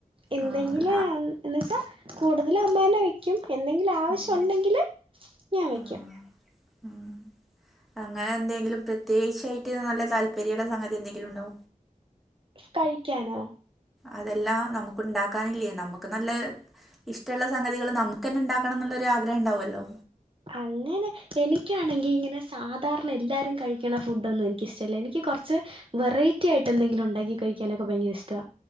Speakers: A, on the right; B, in the centre.
A: എന്തെങ്കിലും
B: ആ ആ
A: എ എന്ന് വെച്ചാ കൂടുതലും അമ്മാനെ വെ യ്ക്കും എന്തെങ്കിലും ആവശ്യം
B: ഉം
A: ഉണ്ടെങ്കിൽ ഞാൻ വയ്ക്കും
B: ഉം ഉം അങ്ങനെ എന്തെങ്കിലും പ്രത്യേകിച്ചായിട്ട് നല്ല താല്പര്യള്ള സംഗതി എന്തെങ്കിലും ഉണ്ടോ?
A: കഴിക്കാനോ
B: അതെല്ലാ നമുക്ക് ഉണ്ടാക്കാനില്ലേ നമുക്ക് നല്ല ഇഷ്ടമുള്ള സംഗതികൾ നമുക്ക് തന്നെ ഉണ്ടാക്കണം എന്നുള്ളൊരു ആഗ്രഹം ഉണ്ടാവുല്ലോ
A: അങ്ങനെ എനിക്കാണെങ്കി ഇങ്ങനെ സാധാരണ എല്ലാരും കഴിക്കണ ഫുഡൊന്നും എനിക്കിഷ്ടല്ല എനിക്ക് കുറച്ച് വെറൈറ്റി ആയിട്ട് എന്തെങ്കിലും ഉണ്ടാക്കി കഴിക്കാനൊക്കെ ഭയങ്കര ഇഷ്ട്ടാ